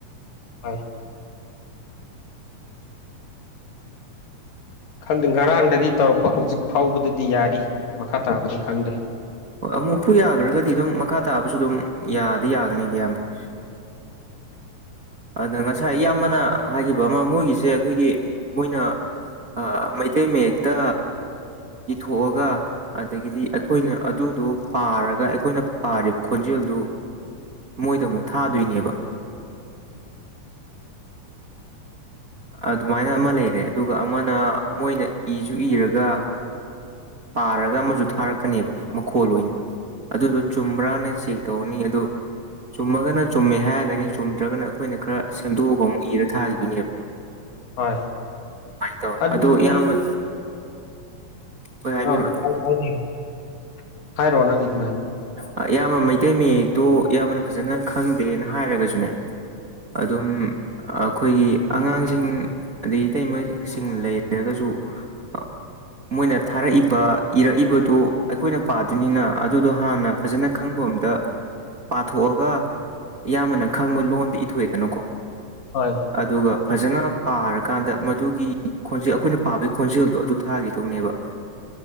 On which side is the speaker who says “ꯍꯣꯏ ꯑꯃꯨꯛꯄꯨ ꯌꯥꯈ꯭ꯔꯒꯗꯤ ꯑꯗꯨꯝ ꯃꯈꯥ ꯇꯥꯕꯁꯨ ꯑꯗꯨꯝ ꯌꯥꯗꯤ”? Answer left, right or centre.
Right